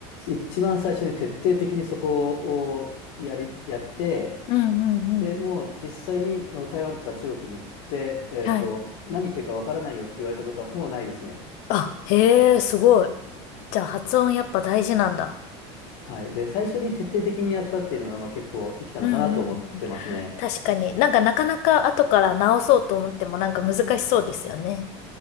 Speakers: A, on the left; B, on the left.
A: う、一番最初に徹底的にそこをやり、やって、
B: うんうんうん。
A: で、もう実際にあの台湾とか中国に行って、えっと、
B: はい。
A: 何言ってるかわからないよって言われたことはほぼないですね。
B: あ、へえ、すごい。じゃあ発音やっぱ大事なんだ。
A: はい。で、最初に徹底的にやったっていうのが、まあ、結構生きたのかなと思ってますね。
B: うんうんうん。確かに。なんかなかなか後から直そうと思ってもなんか難しそうですよね。